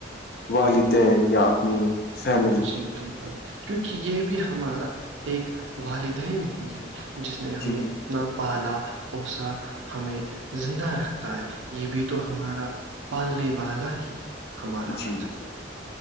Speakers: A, on the left; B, on the right.
A: والدین یا اپنی فیم
B: جی بالکل کیونکہ یہ بھی ہمارا ایک والدین ہی ہے جس نے ہمیں
A: جی
B: اپنا پالا پوسا ہمیں زندہ رکھتا ہے یہ بھی تو ہمارا پالنے والا ہی ہمارا
A: جی
B: وطن
A: جی